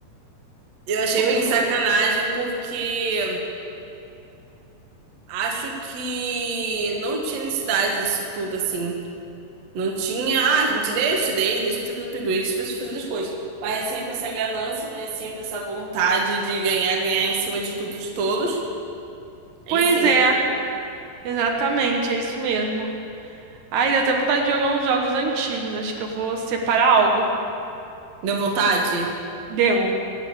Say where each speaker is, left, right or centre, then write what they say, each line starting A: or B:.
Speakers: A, on the right; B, on the right.
A: Eu achei
B: Foi,
A: bem
B: foi.
A: sacanagem porque acho que não tinha necessidade disso tudo, assim. Não tinha, ah, a gente deixa, deixa, deixa você fazer upgrade, deixa você fazer as coisas. Mas é sempre essa ganância, né? É Sempre essa vontade de ganhar, ganhar em cima de tudo, de todos. Enfim,
B: Pois é, exatamente, é isso mesmo. Ai, deu até vontade de jogar uns jogos antigos. Acho que eu vou separar algo.
A: deu vontade?
B: Deu.